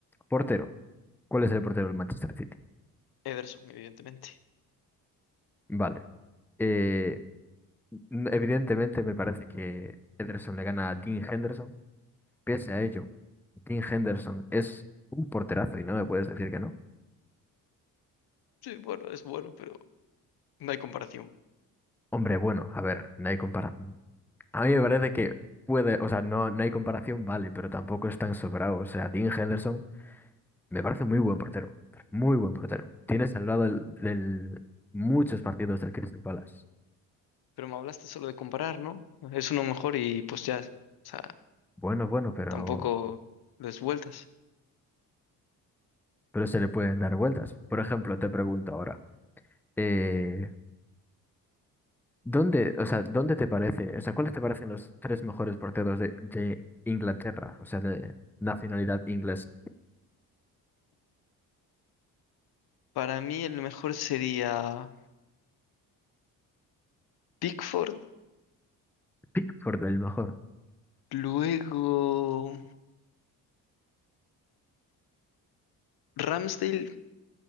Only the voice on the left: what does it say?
Ederson, evidentemente.
Sí, bueno, es bueno, pero no hay comparación.
Pero me hablaste solo de comparar, ¿no? Es uno mejor y pues ya, o sea,
tampoco des vueltas.
Para mí el mejor sería Pickford,
luego Ramsdale